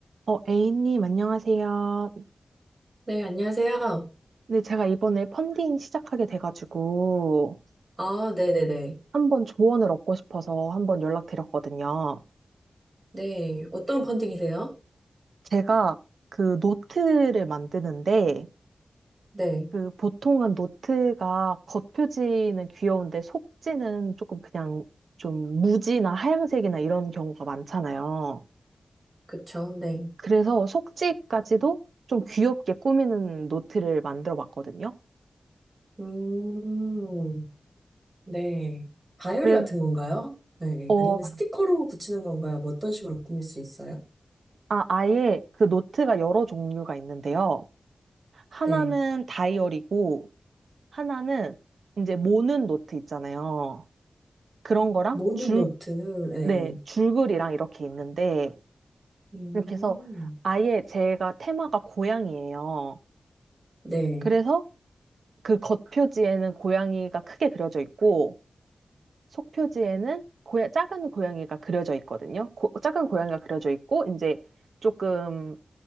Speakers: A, on the right; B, on the right.
A: 어, A님, 안녕하세요.
B: 네, 안녕하세요.
A: 네, 제가 이번에 펀딩 시작하게 돼가지고
B: 아, 네네네.
A: 한번 조언을 얻고 싶어서 한번 연락드렸거든요.
B: 네, 어떤 펀딩이세요?
A: 제가 그 노트를 만드는데
B: 네,
A: 그 보통은 노트가 겉표지는 귀여운데 속지는 조금 그냥 좀 무지나 하얀색이나 이런 경우가 많잖아요.
B: 그쵸, 네.
A: 그래서 속지까지도 좀 귀엽게 꾸미는 노트를 만들어 봤거든요.
B: 음, 네. 바이오리
A: 그래,
B: 같은 건가요? 네,
A: 어,
B: 아니면 스티커로 붙이는 건가요? 뭐 어떤 식으로 꾸밀 수 있어요?
A: 아, 아예 그 노트가 여러 종류가 있는데요. 하나는
B: 네,
A: 다이어리고, 하나는 이제 모는 노트 있잖아요. 그런 거랑
B: 모르는
A: 줄,
B: 노트, 네.
A: 네, 줄글이랑 이렇게 있는데,
B: 음,
A: 이렇게 해서 아예 제가 테마가 고양이예요.
B: 네.
A: 그래서 그 겉표지에는 고양이가 크게 그려져 있고, 속표지에는 고야, 작은 고양이가 그려져 있거든요. 고- 작은 고양이가 그려져 있고, 이제 조금